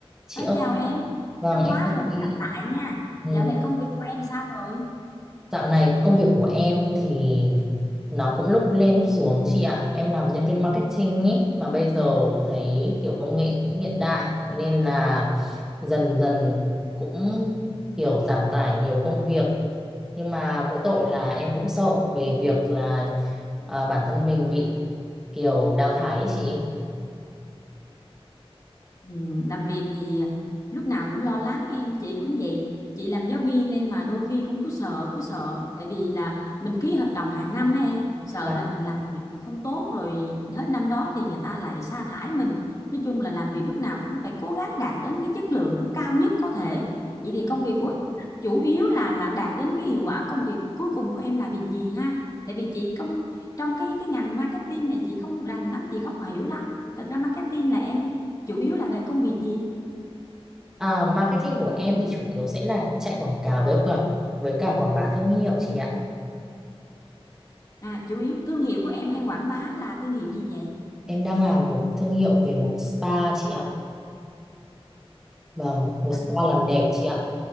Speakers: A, in the centre; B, on the left.
A: Chị
B: Nói
A: ơi,
B: chào em,
A: vâng
B: lâu
A: em
B: quá
A: thưa
B: rồi mới
A: chị
B: gặp lại nha.
A: ừ,
B: Dạo này công việc của em sao rồi?
A: dạo này công việc của em thì nó cũng lúc lên lúc xuống chị ạ. Em làm nhân viên marketing ý mà bây giờ thấy kiểu công nghệ cũng hiện đại nên là dần dần cũng kiểu giảm tải nhiều công việc. Nhưng mà mỗi tội là em cũng sợ về việc là à, bản thân mình bị kiểu đào thải ý chị.
B: Ừ, làm việc thì lúc nào cũng lo lắng em chị cũng vậy chị làm giáo viên đây mà đôi khi cũng cứ sợ cứ sợ tại vì là mình ký hợp đồng hàng năm á em sợ
A: Vâng.
B: là mình làm việc mà không tốt rồi hết năm đó thì người ta lại sa thải mình nói chung là làm việc lúc nào cũng phải cố gắng đạt đến cái chất lượng nó cao nhất có thể vậy thì công việc của em chủ yếu là là đạt đến cái hiệu quả công việc cuối cùng của em là việc gì ha tại vì chị không trong cái cái ngành marketing này chị không rành lắm chị không hiểu lắm thật ra marketing là em chủ yếu là về công việc gì
A: À, marketing của em thì chủ yếu sẽ là chạy quảng cáo với cả với cả quảng bá thương hiệu chị ạ.
B: à chủ yếu thương hiệu của em hay quảng bá là thương hiệu gì vậy
A: Em đang làm một thương hiệu về một spa chị ạ. Vâng, một
B: à,
A: spa làm đẹp chị ạ.